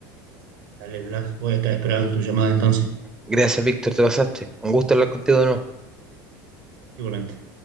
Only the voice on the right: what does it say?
Dale, Blas, voy a estar esperando tu llamada entonces,
igualmente.